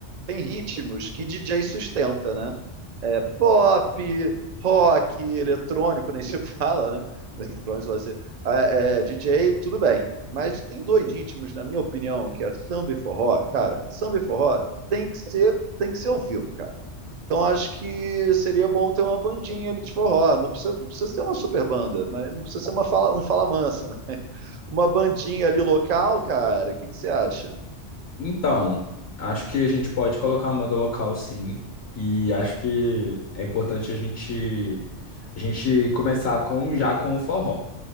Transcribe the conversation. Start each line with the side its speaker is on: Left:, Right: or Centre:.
Right: tem ritmos que DJ sustenta, né? É, pop, rock, eletrônico, nem se <laughs> fala, né? Eletrônico vai ser é, é, DJ, tudo bem. Mas tem dois ritmos, na minha opinião, que é samba e forró, cara. Samba e forró tem que ser, tem que ser ao vivo, cara. Então acho que seria bom ter uma bandinha ali de forró. Não precisa, não precisa ser uma super banda, mas não precisa ser uma fala, um fala mansa. né? Uma bandinha ali local, cara, o que que você acha?
Left: Então, acho que a gente pode colocar uma banda local, sim. E acho que é importante a gente a gente começar com já com o forró,